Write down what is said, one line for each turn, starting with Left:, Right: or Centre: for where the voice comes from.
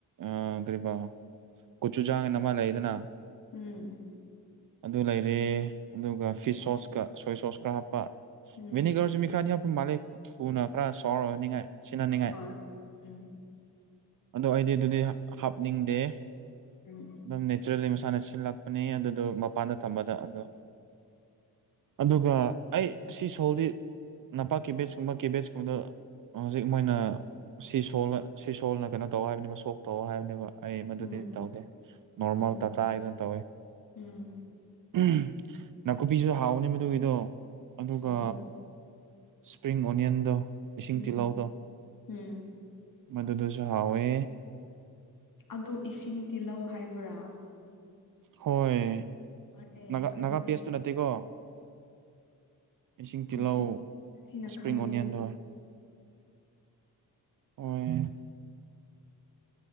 Right: ꯑ ꯀꯔꯤꯕ꯫ ꯒꫭꯆꯨꯖꯥꯡ ꯑꯅ ꯑꯃ ꯂꯩꯗꯅ꯫
Left: ꯎꯝ꯫
Right: ꯑꯗꯨ ꯂꯩꯔꯦ ꯑꯗꯨꯒ ꯐꯤꯁ ꯁꯣꯁꯀ ꯁꯣꯏ ꯁꯣꯁ ꯈꯔ ꯍꯥꯞꯄ꯫
Left: ꯎꯝ
Right: ꯕꯤꯅꯤꯒꯔꯁꯨ ꯃꯤ ꯈ꯭ꯔꯗꯤ ꯃꯥꯜꯂꯦ ꯊꯨꯅ ꯈꯔ ꯁꯥꯎꯔ ꯑꫭꯏꯅꯤꯡꯉꯥꯏ꯫ ꯁꯤꯟꯍꯟꯅꯤꯡꯉꯥꯏ
Left: ꯍꯣꯏ ꯎꯝ
Right: ꯑꯗꯣ ꯑꯩꯗꯤ ꯑꯗꯨꯗꯤ ꯍꯥꯞꯅꯤꯡꯗꯦ꯫
Left: ꯎꯝ꯫
Right: ꯑꯗꯨꯝ ꯅꯦꯆꯔꯦꯜꯂꯤ ꯃꯁꯥꯅ ꯁꯤꯜꯂꯛꯄꯅꯤ ꯑꯗꯨꯗꯣ ꯃꯄꯥꯟꯗ ꯊꯝꯕꯗ ꯑꯗꯣ꯫ ꯑꯗꯨꯒ ꯑꯩ ꯁꯤ ꯁꯣꯜꯗꯤ ꯅꯄꯥꯛ ꯀꯦꯕꯦꯖꯀꯨꯝꯕ ꯀꯦꯕꯦꯖꯀꯨꯝꯕꯗ ꯍꯧꯖꯤꯛ ꯃꯣꯏꯅ ꯁꯤ ꯁꯣꯜꯒ ꯁꯤ ꯁꯣꯜꯅ ꯀꯩꯅꯣ ꯇꯧ ꯍꯥꯏꯕꯅꯦꯕ ꯁꯣꯛ ꯇꯧ ꯍꯥꯏꯕꯅꯦꯕ꯫ ꯑꯩ ꯃꯗꯨꯗꯤ
Left: ꯎꯝ
Right: ꯇꯧꯗꯦ ꯅꯣꯔꯃꯦꯜꯗ
Left: ꯎꯝ
Right: ꯇ꯭ꯔꯥꯏ ꯈꯔ ꯇꯧꯑꯦ꯫
Left: ꯎꯝ
Right: ꯎꯝ ꯅꯥꯀꯨꯞꯄꯤꯁꯨ ꯍꯥꯎꯕꯅꯦ ꯃꯗꯨꯒꯤꯗꯣ ꯑꯗꯨꯒ
Left: ꯑꯣ
Right: ꯏꯁꯄ꯭ꯔꯤꯡ ꯑꯣꯅꯤꯌꯟꯗꯣ ꯏꯁꯤꯡ
Left: ꯎꯝ
Right: ꯇꯤꯜꯍꯧꯗꯣ
Left: ꯎꯝ
Right: ꯃꯗꯨꯗꯁꯨ ꯍꯥꯎꯋꯦ
Left: ꯑꯗꯣ ꯏꯁꯤꯡ ꯇꯤꯜꯂꯧ ꯍꯥꯏꯕꯔꯥ
Right: ꯍꯣꯏ
Left: ꯇꯥꯏꯌꯦ
Right: ꯅꯒ
Left: ꯑꯩꯅ
Right: ꯅꯒꯥ ꯄꯤꯌꯥꯁꯇꯨ ꯅꯠꯇꯦꯀꯣ ꯏꯁꯤꯡ ꯇꯤꯜꯍꯧ
Left: ꯉꯁꯤ ꯁꯤꯅ
Right: ꯁꯄ꯭ꯔꯤꯡ
Left: ꯈꯪꯉꯤ
Right: ꯑꯣꯅꯤꯌꯟꯗꯣ ꯑꯣꯏ